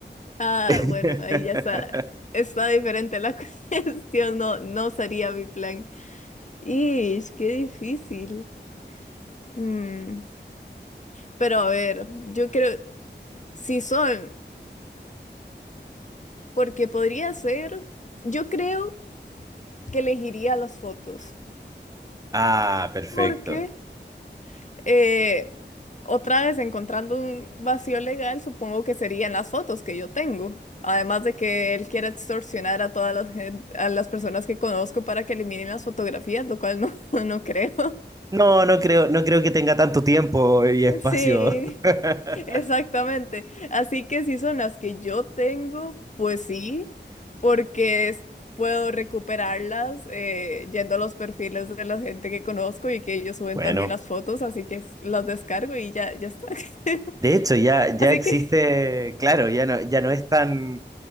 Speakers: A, on the left; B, on the right.
A: Ah,
B: <laughs>
A: bueno, ahí ya está. Está diferente la <laughs> cuestión, no, no sería mi plan. Ish, qué difícil. Mm, Pero a ver, yo creo, si son, porque podría ser, yo creo que elegiría las fotos.
B: Ah, perfecto.
A: porque Eh, otra vez encontrando un vacío legal, supongo que serían las fotos que yo tengo. Además de que él quiera extorsionar a todas las, gen- a las personas que conozco para que eliminen las fotografías, lo cual no, <laughs> no creo.
B: No, no creo, no creo que tenga tanto tiempo y espacio.
A: Sí,
B: <laughs>
A: exactamente. Así que si son las que yo tengo, pues sí, porque es- puedo recuperarlas eh, yendo a los perfiles de la gente que conozco y que ellos suben
B: Bueno.
A: también las fotos, así que es- las descargo y ya, ya está. <laughs>
B: De hecho, ya, ya
A: Así
B: existe,
A: que
B: claro, ya no, ya no es tan,